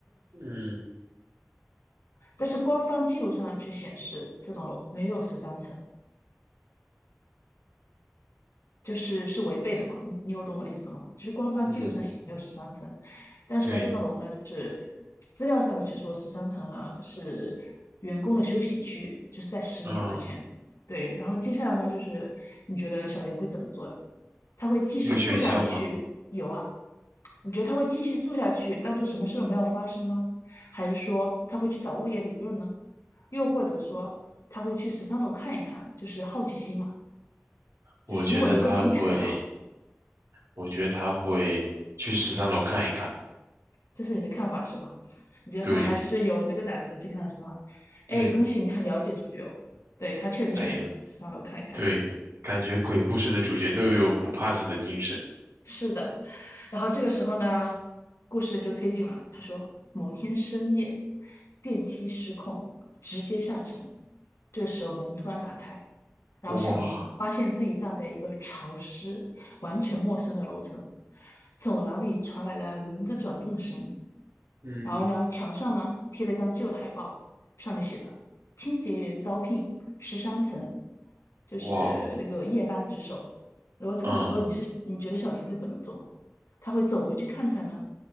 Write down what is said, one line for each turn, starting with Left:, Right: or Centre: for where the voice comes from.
Right: 嗯
Left: 但是官方记录上呢却显示这栋楼没有十三层，就是是违背的嘛，你你有懂我的意思吗？就是官方记录上写没有十三层，
Right: 嗯
Left: 但是呢，
Right: 对，
Left: 这栋楼呢，就是资料上的却说十三层呢是员工的休息区，就是在十年之前。
Right: 嗯，
Left: 对，然后接下来呢，就是你觉得小林会怎么做呢？他会继续住下去？
Right: 有选项吗？
Left: 有啊，你觉得他会继续住下去，当做什么事都没有发生吗？还是说他会去找物业理论呢？又或者说他会去十三楼看一看，就是好奇心嘛，就是如果能够进去的话。
Right: 我觉得他会，我觉得他会去十三楼看一看。
Left: 这是你的看法是吗？你觉得他还是有那个胆子去看是吗？
Right: 对，
Left: 哎，
Right: 嗯，
Left: 恭喜你很了解主角哦，对，他确实选择上楼看一看。
Right: 哎呀，对，感觉鬼故事的主角都有不怕死的精神。
Left: 是的，然后这个时候呢，故事就推进了。他说，某天深夜，电梯失控，直接下沉。这个时候门突然打开，然后小林发现自己站在一个潮湿、
Right: 哇
Left: 完全陌生的楼层，走廊里传来了轮子转动的声音。
Right: 嗯
Left: 然后呢，墙上呢贴了一张旧的海报，上面写着“清洁员招聘，十三层”，就是那个夜班值守。
Right: 哇哦，
Left: 如果这个时候你是你觉得小林会怎么做？
Right: 嗯，
Left: 他会走回去看看呢，